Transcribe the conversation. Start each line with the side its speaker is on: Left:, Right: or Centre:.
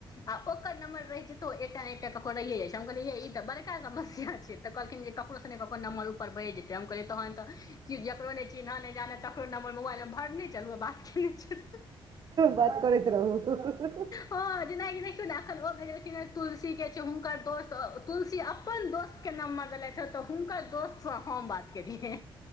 Left: आ ओकर नंबर रहै छै एकटा न एकटा ककरो रहिए जाइ छै हम कहल ई त‌बड़का समस्या छै तऽ कहलखिन ककरोसँ ने ककर नमबर ऊपर है जेतै हम कहलियै तहन तऽ कि जकरो नहि चिन्हय नहि जानह तकरो नंबर मोबाइलमे भरने चलू बात केने
Right: बात करैत रहु
Left: ह जेनाकि देखियौ ने एखन ओठ तुलसी के छै हुनकर दोस्त तुलसी अपन दोस्त नम्बर देले ह त हुनकर दोस्त से हम बात केलियै